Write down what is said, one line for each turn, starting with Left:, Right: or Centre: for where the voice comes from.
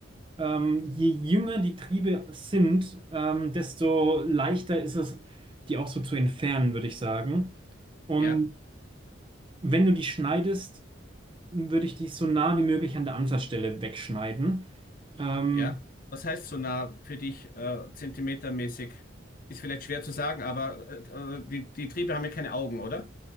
Right: Ähm, je jünger die Triebe sind, ähm, desto leichter ist es, die auch so zu entfernen, würde ich sagen. Und
Left: Ja,
Right: wenn du die schneidest, würde ich die so nah wie möglich an der Ansatzstelle wegschneiden. Ähm,
Left: ja. Was heißt so nah für dich äh, zentimetermäßig? Ist vielleicht schwer zu sagen, aber äh, äh, die, die Triebe haben ja keine Augen, oder?